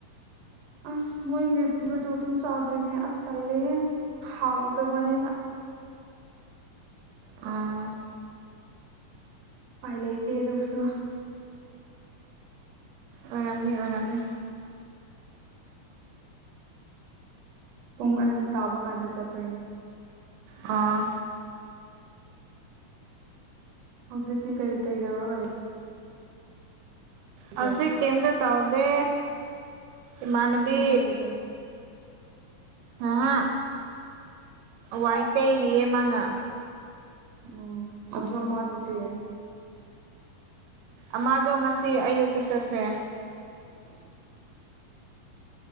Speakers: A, on the right (about 65°); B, on the right (about 85°).
A: ꯑꯁ ꯃꯣꯏꯒꯤ ꯄ꯭ꯌꯨꯗꯣ ꯑꯗꯨꯝ ꯆꯥꯗꯣꯏꯅꯦ ꯑꯁ ꯇꯜꯂꯦꯍꯦ ꯍꯥꯎꯗꯕꯅꯦꯕ
B: ꯑꯥ
A: ꯄꯥꯏ ꯂꯩꯇꯦ ꯑꯗꯨꯕꯨꯁꯨ
B: ꯑꯣꯏꯔꯝꯅꯤ ꯑꯣꯏꯔꯝꯅꯤ
A: ꯄꯨꯡ ꯑꯅꯤ ꯇꯥꯕ ꯀꯥꯟꯗ ꯆꯠꯇꯣꯏꯅꯦ
B: ꯑꯥ
A: ꯍꯧꯖꯤꯛꯇꯤ ꯀꯩ ꯀꯩꯗꯧꯔꯒ ꯂꯩꯒꯦ
B: ꯍꯧꯖꯤꯛ ꯀꯌꯝꯗ ꯇꯧꯗꯦ ꯏꯃꯅꯕꯤ
A: ꯇꯨꯝꯕ ꯂꯩꯕꯩ
B: ꯑꯍ ꯋꯥꯏꯇꯩꯔꯤꯌꯦ ꯃꯅ
A: ꯎꯝ ꯑꯗꯨꯑꯃꯥ ꯗꯨꯗꯤ
B: ꯑꯃꯥꯗꯣ ꯉꯁꯤ ꯑꯌꯨꯛꯇ ꯆꯠꯈ꯭ꯔꯦ
A: <inaudible>